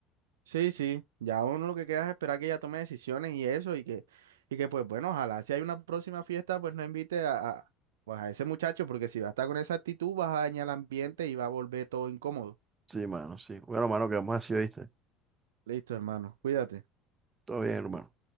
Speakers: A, on the right; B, on the right.
A: Sí, sí, ya uno lo que queda es esperar que ella tome decisiones y eso, y que, y que pues bueno, ojalá si hay una próxima fiesta, pues no invite a, a, pues, a ese muchacho, porque si va a estar con esa actitud, vas a dañar el ambiente y va a volver todo incómodo.
B: Sí, mano, sí. Bueno, mano, quedamos así, ¿viste?
A: Listo, hermano, cuídate.
B: Todo bien, hermano.